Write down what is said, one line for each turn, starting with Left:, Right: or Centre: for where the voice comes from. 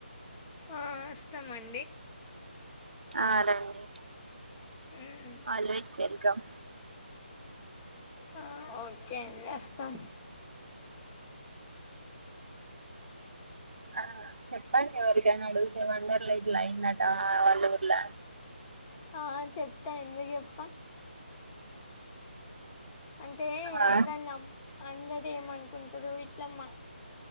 Left: ఆ అస్తా మ
Right: ఆ రండి
Left: మ్మ్
Right: ఆల్వేస్ వెల్కమ్
Left: ఆ ఓకే అండి వస్తాం
Right: ఆ చెప్పండి ఎవరికి అడుగుతే వండర్ల ఇట్లా అయిందటా వాళ్ళూర్ల
Left: ఆ చెప్తా ఎందుకు చెప్త అంటే
Right: ఆ
Left: అందర్నీ అందరు ఏమనుకుంటరు లమ్మ